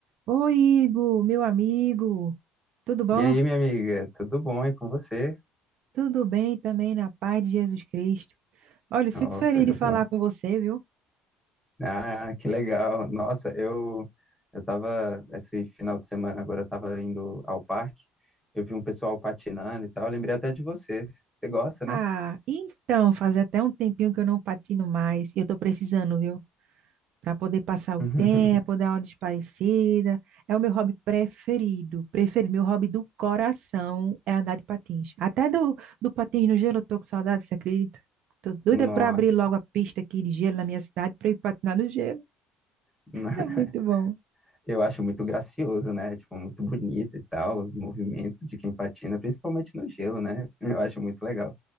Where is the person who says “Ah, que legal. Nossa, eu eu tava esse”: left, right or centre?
Centre